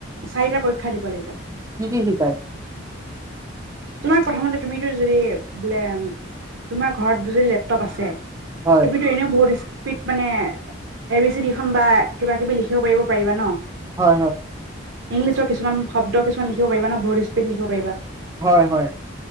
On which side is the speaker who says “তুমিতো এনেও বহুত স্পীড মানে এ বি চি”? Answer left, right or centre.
Right